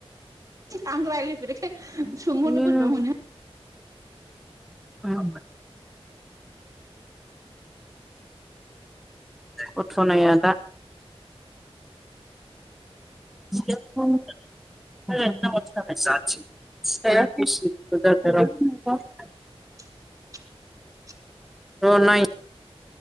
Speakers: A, on the right; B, in the centre.
A: आं रायलायफेरिखाय सोंहरनो
B: बिनिनो
A: बोरैबा मोनो।
B: <inaudible> कथ'नाया दा <inaudible> <unintelligible>
A: <inaudible>
B: र नाय